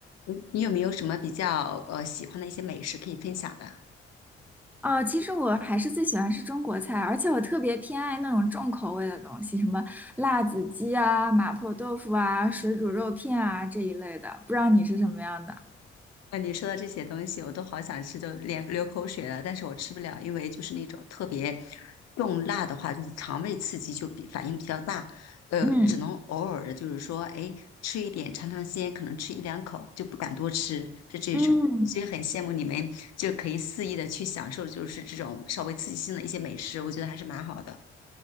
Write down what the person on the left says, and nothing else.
嗯你有没有什么比较呃喜欢的一些美食可以分享的？
啊，你说到这些东西，我都好想吃，就连流口水了，但是我吃不了，因为就是那种特别重辣的话，就是肠胃刺激就比反应比较大，呃，
只能偶尔的，就是说，哎，吃一点尝尝鲜，可能吃一两口就不敢多吃，是这种。
所以很羡慕你们就可以肆意的去享受，就是这种稍微刺激性的一些美食，我觉得还是蛮好的。